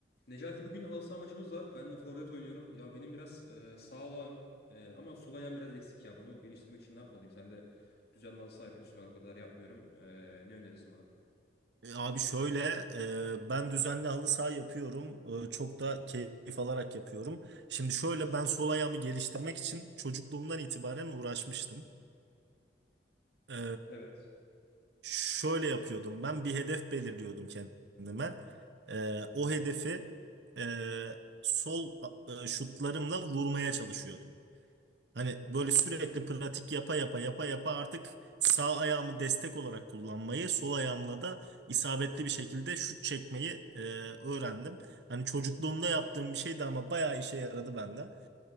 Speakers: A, on the left (about 60°); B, on the right (about 70°).
A: Necati bugün halı saha maçımız var. Ben de forvet oynuyorum. Ya benim biraz e, sağlağım e, ama sol ayağım biraz eksik ya. Bunu geliştirmek için ne yapmalıyım? Sen de düzenli halı saha yapıyorsun. Ben o kadar yapmıyorum. E, ne önerirsin bana?
B: E, Abi şöyle, e, ben düzenli halı saha yapıyorum. E, çok da keyif alarak yapıyorum. Şimdi şöyle ben sol ayağımı geliştirmek için çocukluğumdan itibaren uğraşmıştım. E,
A: Evet.
B: şöyle yapıyordum. Ben bir hedef belirliyordum kendime. E, o hedefi e, sol e, şutlarımla vurmaya çalışıyordum. Hani böyle sürekli pratik yapa yapa yapa yapa artık sağ ayağımı destek olarak kullanmayı, sol ayağımla da isabetli bir şekilde şut çekmeyi e, öğrendim. Hani çocukluğumda yaptığım bir şeydi ama bayağı işe yaradı bende.